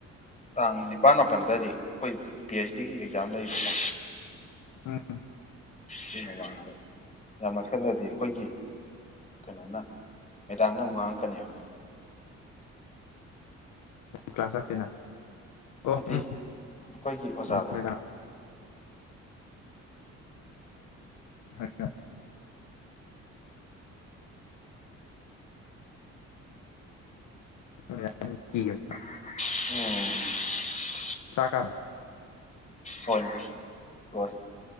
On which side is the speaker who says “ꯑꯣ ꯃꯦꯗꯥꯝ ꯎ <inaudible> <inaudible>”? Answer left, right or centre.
Left